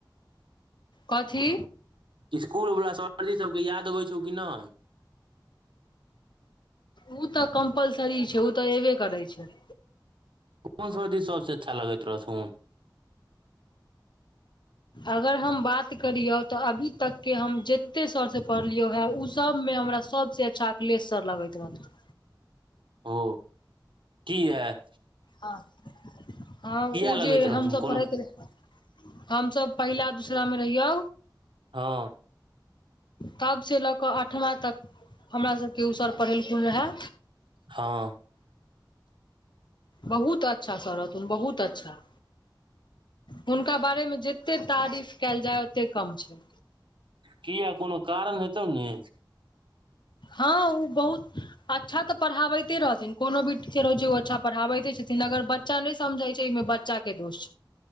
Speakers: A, on the left (about 65°); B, on the right (about 80°).
A: कथी।
B: इस्कूल वला सरजी सबके याद अबै छौ की नै।
A: उ तऽ कम्पलसरी छै उ तऽ एबे करै छै।
B: कोन सर सबसँ अच्छा लगैत रहथुन।
A: अगर हम बात करियौ तऽ अभी तक के हम जत्ते सर सऽ पढ़लियौ हे उ सबमें हमरा सबसे अच्छा अखलेश सर लगैत रहथुन।
B: ओ किहेत?
A: हँ-हँ उ
B: लगैत
A: जे
B: रहथुन
A: हमसब
B: कोनो
A: पढ़ैत रैह। हमसब पहिला-दूसरा में रहियौ।
B: हँ
A: तब से लऽक अठमा तक हमरा सबके उ सर पढ़ेलखुन हे।
B: हँ।
A: बहुत अच्छा सर रहथुन बहुत अच्छा। हुनका बारे में जेते तारीफ कैल जाय ओते कम छै।
B: किया कोनो कारण हेतौ ने।
A: हँ उ बहुत। अच्छा तऽ पढ़ाबैते रहथिन कोनो भी टीचर होय छै ओ अच्छा पढ़ाबैते छथिन अगर बच्चा नै समझै छै बच्चा के दोष।